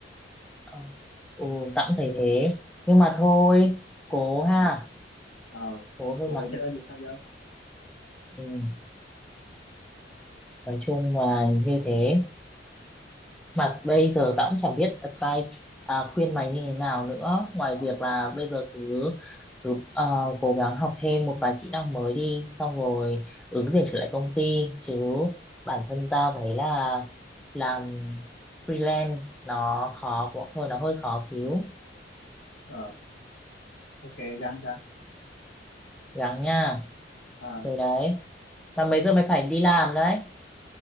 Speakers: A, in the centre; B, on the left.
A: ờ, ồ tao cũng thấy thế nhưng mà thôi cố ha
B: ờ ờ
A: cố thôi
B: cổ
A: mà
B: chơi bị sao giờ
A: ừ. nói chung là như thế mà bây giờ tao cũng chẳng biết advice à, khuyên mày như thế nào nữa ngoài
B: ờ
A: việc là bây giờ cứ cứ ờ, cố gắng học thêm một vài kỹ năng mới đi xong rồi ứng tuyển trở lại công ty chứ bản thân tao thấy là làm freelance nó khó cũng hơi nó hơi khó xíu
B: ờ ok gắng gắng
A: gắng nha
B: ờ
A: rồi đấy mà mấy giờ mày phải đi làm đấy